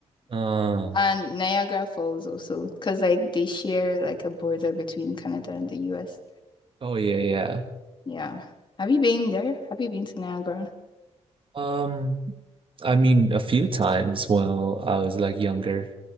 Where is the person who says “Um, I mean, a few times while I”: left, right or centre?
Right